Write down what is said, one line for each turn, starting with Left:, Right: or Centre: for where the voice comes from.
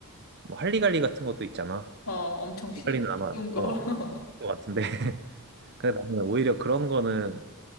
Right: 뭐, 할리갈리 같은 것도 있잖아.
Left: 어, 엄청 쉬,
Right: 할리갈리는 아마,
Left: 쉬운 거.
Right: 어,
Left: <laughs>
Right: 것 같은데. <laughs> 근데 나는 오히려 그런 거는